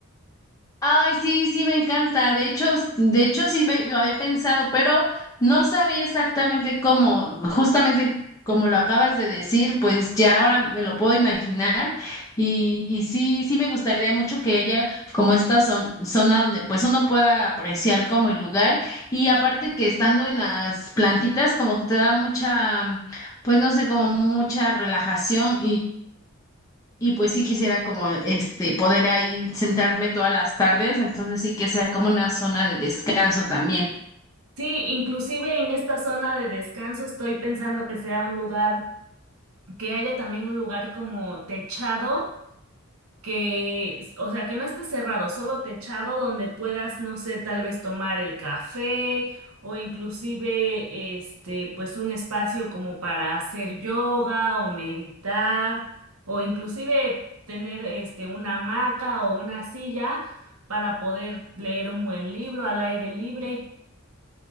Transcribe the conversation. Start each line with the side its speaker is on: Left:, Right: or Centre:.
Left: Ay, sí, sí, me encanta. De hecho, s- de hecho sí me- lo había pensado, pero no sabía exactamente cómo, justamente como lo acabas de decir, pues ya ahora me lo puedo imaginar y, y sí, sí me gustaría mucho que haya como esta zon- zona donde pues uno pueda apreciar como el lugar y aparte que estando en las plantitas como que te da mucha, pues no sé, como mucha relajación y pues sí quisiera como este poder ahí sentarme todas las tardes, entonces sí que sea como una zona de descanso también.
Right: Sí, inclusive en esta zona de descanso estoy pensando que sea un lugar, que haya también un lugar como techado que, o sea, que no esté cerrado, solo techado donde puedas, no sé, tal vez tomar el café o inclusive, este, pues un espacio como para hacer yoga o meditar o inclusive tener, este, una hamaca o una silla para poder leer un buen libro al aire libre.